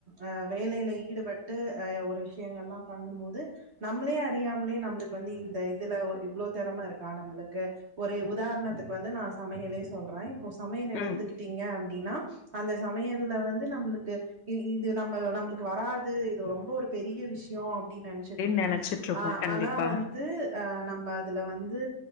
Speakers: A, on the right; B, on the left.
A: அ வேலைல ஈடுபட்டு அ ஒரு விஷ்யங்கல்லாம் பண்ணும் போது நம்ளே அறியாமலே நம்ளு இதுக்கு வந்து இந்த இதுல இவ்ளோ தெறம இருக்கா நம்மளுக்கு ஒரு உதாரணத்துக்கு வந்து நா சமையலே சொல்ற போ சமையல் எடுத்துக்கிட்டீங்க
B: ம்
A: அப்டின்னா அந்த சமையல்ல வந்து நம்பளுக்கு இது நம்ம நம்புளுக்கு வராது இது ரொம்ப ஒரு பெரிய விஷ் யோ அப்டின்னு நெனச்சிட்டு இருப்போ
B: நெனச்சிட்டு இருப்போ
A: ஆ
B: கண்டிப்பா
A: ஆனா வந் து அ நம்ம அதுல வந்து